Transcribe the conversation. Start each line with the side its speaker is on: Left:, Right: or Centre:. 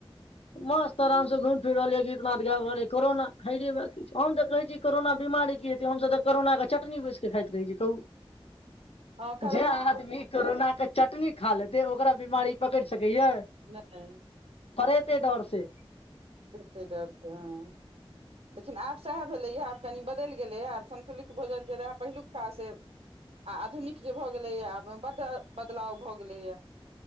Right: ह
Left: मस्त आराम से घुम फिर रहल या गीतनाद गाब रहलियै कोरोना हाय रे बा हम तऽ कहै छी कोरोना बिमारी की हेतै हमस तऽ कोरोना चटनी बैसके खाइत रहै छै कहू
Right: हँ करोना
Left: जे आदमी कोरोना के चटनी खा लेते ओकरा बीमारी पकड़ि सकैया
Right: नहि
Left: परेते डर से
Right: ते डर सेहॅ लेकिन आब सएह भेलैए आब कनि बदलि गेलैए आब संन्तुलित भोजन जे रहए पहिलुका से आ आधुनिक जे भऽ गेलैए बड्ड बदलाव भऽ गेलैए